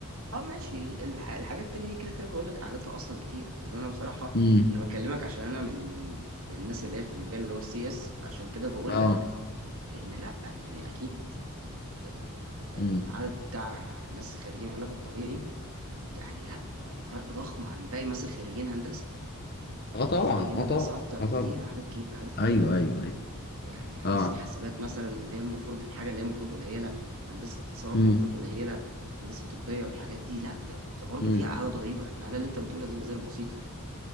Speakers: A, on the right (about 65°); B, on the left (about 45°).
A: اه ماشي ال- الح... الحاجات التانية دي كده كده بقول لك قعدتها اصلا كتير انما انا بصراحه
B: امم
A: انا بكلمك عشان انا من من من الناس اللي هي في المجال اللي هو السي اس فعشان كده بقول
B: اه
A: لك ان لا يعني اكيد ال- العدد
B: امم
A: بتاع الناس خريجين علاج الطبيعي يعني لا ده فرق ضخم عن باقي مثلا خريجين هندسه
B: اه طبعا
A: لا خريجين
B: اه
A: هندسه
B: طبعا
A: اكتر
B: اه
A: بكتير
B: طبعا
A: اعداد كبير اعداد كبير
B: ايوه
A: قوي
B: ايوه ايوه
A: يعني هندسه
B: اه
A: حاسبات مثلا اللي هي المفروض الحاجه اللي هي المفروض قليله هندسه اتصالات
B: امم
A: المفروض قليله هندسه طبيه والحاجات دي لا ده ده برضه
B: امم
A: فيها اعداد قريبه يعني الاعداد اللي انت بتقولها دي ما زالت بسيطه